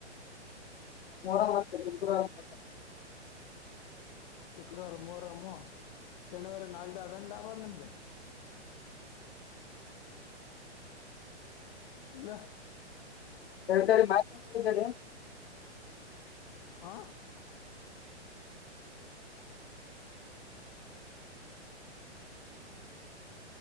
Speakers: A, on the left (about 60°); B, on the left (about 45°).
A: ಮೊಹರಂ ಆದ <unintelligible>
B: ಶುಕ್ರವಾರ ಮೊಹರಮ್ ಶನಿವಾರ ನಾಳೆದ ಲಾಭ ನಿಮ್ಗ ಅಲ್ಲ
A: <unintelligible>
B: ಹಾ